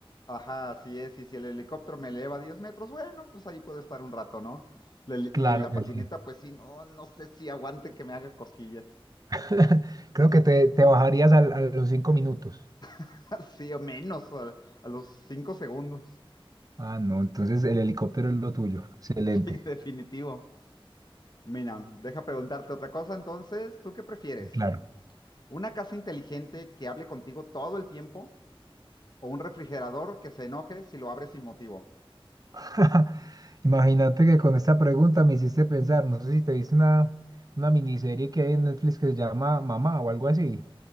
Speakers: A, on the left; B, on the right.
A: Ajá, así es. Y si el helicóptero me eleva 10 metros, bueno, pues ahí puedo estar un rato, ¿no? La
B: Claro
A: y la
B: que
A: patineta,
B: sí.
A: pues sí, no, no sé si aguante que me haga cosquillas.
B: <laughs> Creo que te, te bajarías al- a, los cinco minutos.
A: <laughs> Sí, o menos, a, a los cinco segundos.
B: Ah, no, entonces el helicóptero es lo tuyo. Excelente,
A: <laughs> Sí, definitivo. Mira, deja preguntarte otra cosa entonces. ¿Tú qué prefieres?
B: claro.
A: ¿Una casa inteligente que hable contigo todo el tiempo o un refrigerador que se enoje si lo abres sin motivo?
B: <laughs> Imagínate que con esta pregunta me hiciste pensar, no sé si te viste una, una miniserie que hay en Netflix que se llama Mamá o algo así,